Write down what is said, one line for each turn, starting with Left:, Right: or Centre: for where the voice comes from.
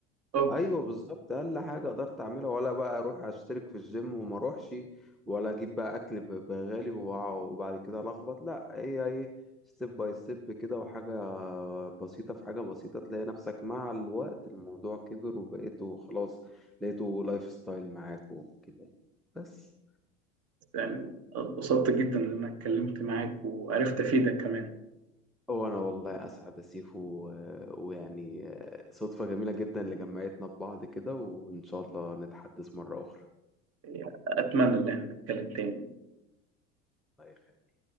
Right: اه
Centre: ايوه بالظبط اقل حاجه قدرت اعملها ولا بقى اروح اشترك في الجيم وما اروحش ولا اجيب بقى اكل ب- بغالي وع- وبعد كده لخبط لا هي ايه ستيب باي ستيب كده وحاجه بسيطه في حاجه بسيطه تلاقي نفسك مع الوقت الموضوع كبر وبقيته خلاص لقيته لايف ستايل معاك وكده يعني. بس
Right: يعني اتبسطت جدا ان انا اتكلمت معاك وعرفت افيدك كمان
Centre: هو انا والله اسعد يا سيفو آه، ويعني آه، صدفه جميله جدا اللي جمعتنا ببعض كده وان شاء الله نتحدث مره اخرى
Right: يعني اتمنى ان احنا نتكلم تاني
Centre: الله يخليك